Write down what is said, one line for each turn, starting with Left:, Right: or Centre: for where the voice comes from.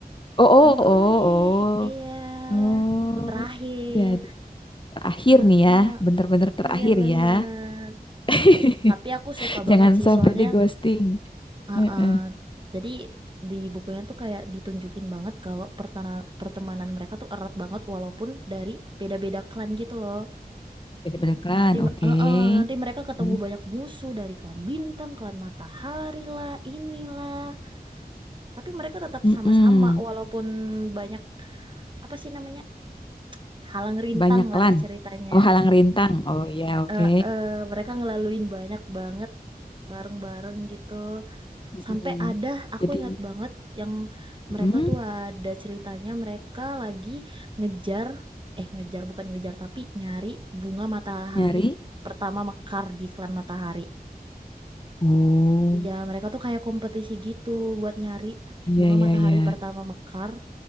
Left: Oh, oh,
Right: Ongoing,
Left: oh, oh.
Right: iya.
Left: Oh.
Right: Buku terakhir.
Left: Jadi terakhir
Right: Heeh,
Left: nih ya, bener-bener terakhir
Right: Iya bener.
Left: ya. <laughs>
Right: Tapi aku suka banget
Left: Jangan
Right: sih
Left: sampai
Right: soalnya
Left: di ghosting.
Right: heeh,
Left: Heeh.
Right: jadi di bukunya tuh kayak ditunjukin banget kalau pertena- pertemanan mereka tuh erat banget walaupun dari beda-beda klan gitu loh.
Left: Jadi beneran,
Right: Nanti heeh,
Left: oke.
Right: nanti mereka ketemu
Left: Mm,
Right: banyak musuh dari klan bintang, klan matahari lah, inilah. Tapi mereka tetap
Left: mm-mm.
Right: sama-sama walaupun banyak apa sih namanya? Halang rintang
Left: Banyak
Right: lah
Left: lan.
Right: ceritanya.
Left: Oh, halang rintang. Oh, iya, oke.
Right: eh, eh, mereka ngelaluin banyak banget bareng-bareng gitu.
Left: Mm-mm.
Right: Sampai ada, aku
Left: Jadi
Right: ingat banget yang
Left: mm,
Right: mereka tuh ada ceritanya mereka lagi ngejar, eh ngejar bukan ngejar tapi nyari bunga matahari
Left: nyari.
Right: pertama mekar di iklan matahari.
Left: Oh,
Right: Iya, mereka tuh kayak kompetisi gitu buat nyari
Left: iya
Right: bunga
Left: iya
Right: matahari
Left: iya.
Right: pertama mekar